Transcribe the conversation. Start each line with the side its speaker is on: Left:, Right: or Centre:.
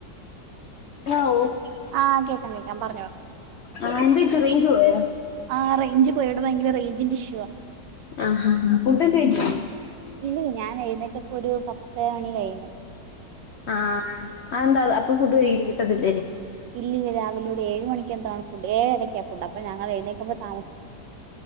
Left: <unintelligible>
Right: ആഹ് കേക്കാം കേക്കാം പറഞ്ഞോ
Left: ആഹ് എന്ത് പറ്റി റേയ്ഞ്ച് പോയോ?
Right: ആഹ് റേയ്ഞ്ച് പോയി ഇവടെ ഭയങ്കര റേയ്ഞ്ചിന്റെ ഇഷ്യുവാ
Left: ആഹ് ഹാ ഹാ ഫുഡൊക്കെ കഴ്ച്ചോ?
Right: ഇല്ലല്ല ഞാൻ എഴ്ന്നെറ്റപ്പം ഒരു പത്ത് മണി കഴിഞ്ഞ്
Left: ആഹ് അഹ് എന്താ അപ്പം ഫുഡ് കയ്യിൽ കിട്ടെത്ത് ഇല്ലെയ്നി?
Right: ഇല്ലി ഇല്ല രാവിലെ ഇവടെ ഏഴ് മണിക്കെന്തോ ആണ് ഫുഡ് ഏഴ് അരക്കാ ഫുഡ് അപ്പ ഞങ്ങൾ എഴ്ന്നെക്കുമ്പം താമസിക്കും